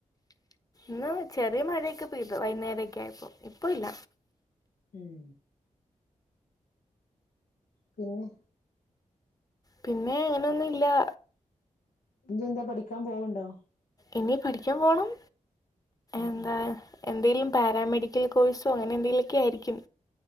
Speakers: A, on the left (about 25°); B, on the left (about 90°).
A: ന്നാ വെച്ച് ചെറിയ മഴയൊക്ക പെയ്തു വൈന്നേരക്കെയായപ്പോ ഇപ്പോല്ല.
B: ഉം പിന്നെ?
A: പിന്നെ അങ്ങനൊന്നുല്ലാ.
B: ഇനി എന്താ പഠിക്കാൻ പോവണ്ടോ?
A: ഇനി പഠിക്കാൻ പോണം
B: ഉം
A: എന്താ
B: ഉം
A: എന്തേലും പാരാമെഡിക്കൽ കോഴ്സോ അങ്ങനെ എന്തെങ്കിലു ഒക്കെ ആയിരിക്കും